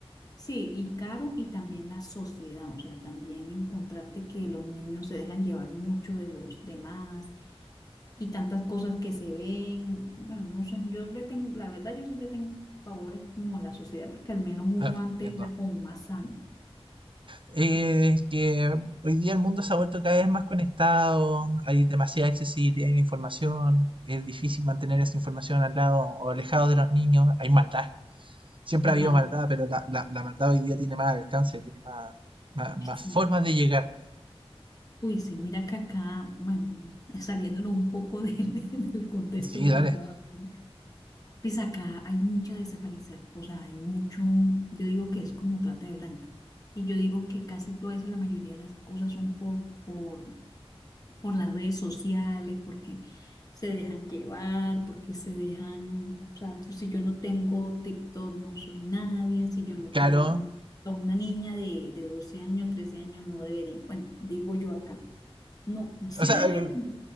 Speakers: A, on the left; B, on the right.
A: sí, y caro y también la sociedad, o sea, también encontrarte que los niños se dejan llevar mucho de los demás y tantas cosas que se ven, bueno, no sé, yo le tengo, la verdad yo sí le tengo favores como a la sociedad, porque al menos uno
B: No,
A: antes
B: entiendo.
A: era como más sano.
B: Eh,
A: Mm.
B: que hoy día el mundo se ha vuelto cada vez más conectado, hay demasiada accesibilidad en la información, es difícil mantener esa información al lado o alejado de los niños, hay maldad. Siempre
A: Hay
B: ha habido
A: maldad.
B: maldad, pero la, la, la maldad hoy día tiene más alcance, tiene más, más, más
A: Sí.
B: formas de llegar.
A: Uy, sí, mira que acá, bueno, <laughs> saliéndonos un poco del, <laughs> del contexto
B: Sí,
A: de lo
B: dale.
A: que estaba. haciendo. Pues acá hay mucha desaparición, o sea, hay mucho, yo digo que es como trata de blanca. Y yo digo que casi toda esa, la mayoría de las cosas son por, por, por las redes sociales, porque se dejan llevar, porque se dejan, o sea, pues si yo no tengo TikTok no soy nadie, si yo no
B: Claro.
A: tengo a una niña de, de 12 años, 13 años no debería, bueno, digo yo acá. No, sí
B: O sea,
A: debe,
B: c-
A: tener-